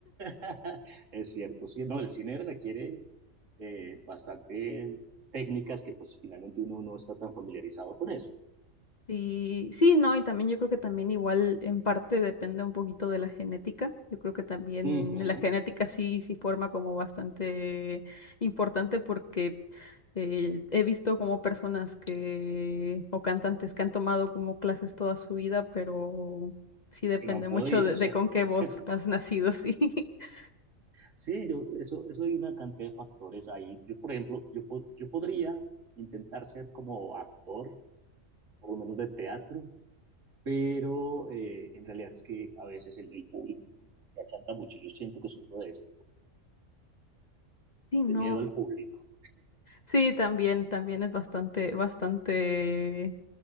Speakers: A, on the right (about 70°); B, on the left (about 40°).
A: <laughs> Es cierto, sí, no, el cine requiere eh, bastante técnicas que pues finalmente uno no está tan familiarizado con eso.
B: Sí, sí, no, y también yo creo que también igual en parte depende un poquito de la genética. Yo creo que también
A: Ujú.
B: la genética sí, sí forma como bastante importante porque eh, he visto como personas que, o cantantes que han tomado como clases toda su vida, pero sí depende
A: que no han podido,
B: mucho de,
A: ¿cierto?
B: de con qué voz
A: <laughs>
B: has nacido, sí. <laughs>
A: Sí, yo, eso, eso hay una cantidad de factores ahí. Yo, por ejemplo, yo, po- yo podría intentar ser como actor, por lo menos de teatro, pero eh, en realidad es que a veces el, el público me achanta mucho. Yo siento que sufro de eso,
B: Sí,
A: de
B: no.
A: miedo al público.
B: Sí, también, también es bastante, bastante,